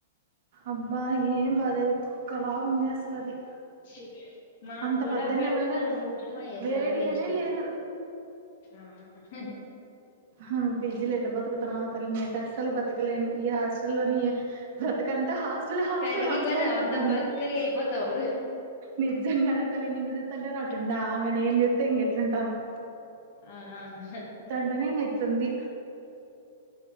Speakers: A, on the right; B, on the left.
A: అబ్బ ఏం బలేదు ఒక్కలాగా ఉంది అసలు అది
B: ఛీ, మాకు
A: అంత
B: కూడా
A: పద్దన్న
B: పెడతా
A: పోయిన
B: ఉప్మా చేశారు
A: వేడిగానే
B: వేస్ట్
A: లేదు
B: ఆ హీహే
A: నను ఫిజీ లేెట బతుకుతున్నావా తల్ అసలు బ్రతకలేను ఈ హాస్టల్ లోని బ్రతకంతా హాస్టల్ హాస్టల్
B: కరిగిపోతావు
A: హాస్టల్ అయిపోతుంది
B: అంత బక్కగా అయిపోతావు
A: నిజంగా తల్లి నిన్నదిస్తుంటే నాటుండ ఇం నేను చెస్తతే ఇంక ఎట్లుంటనో
B: ఆ హా
A: అంటనే ఇంగ ఇంట్తుంది